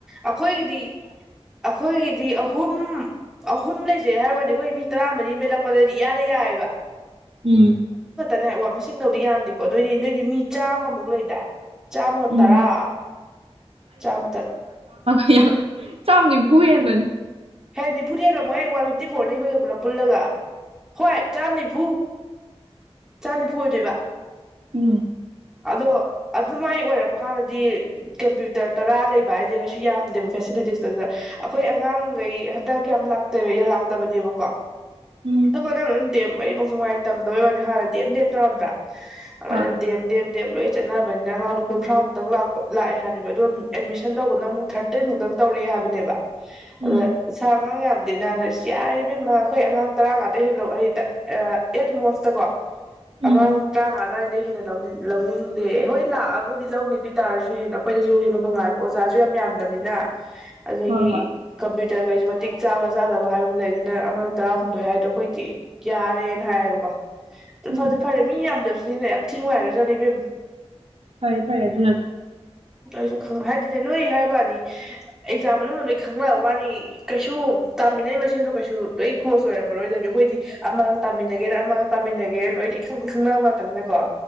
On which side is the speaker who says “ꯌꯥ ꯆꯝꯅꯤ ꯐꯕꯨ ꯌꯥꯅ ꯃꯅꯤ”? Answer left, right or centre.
Right